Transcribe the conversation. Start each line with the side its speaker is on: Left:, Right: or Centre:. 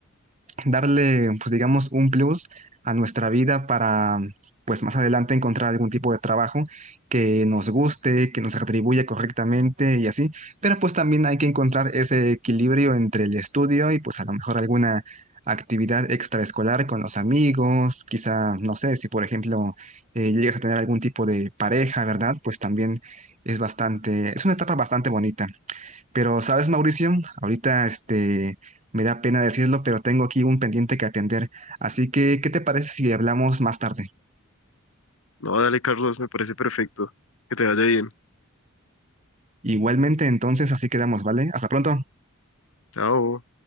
Right: darle, pues digamos, un plus a nuestra vida para, pues más adelante encontrar algún tipo de trabajo que nos guste, que nos atribuya correctamente y así. Pero pues también hay que encontrar ese equilibrio entre el estudio y pues a lo mejor alguna actividad extraescolar con los amigos, quizá, no sé, si por ejemplo eh, llegas a tener algún tipo de pareja, ¿verdad? Pues también es bastante, es una etapa bastante bonita. Pero, ¿sabes, Mauricio? Ahorita, este, me da pena decirlo, pero tengo aquí un pendiente que atender. Así que, ¿qué te parece si hablamos más tarde?
Left: No, dale, Carlos, me parece perfecto. Que te vaya bien.
Right: Igualmente, entonces, así quedamos, ¿vale? Hasta pronto.
Left: Chao.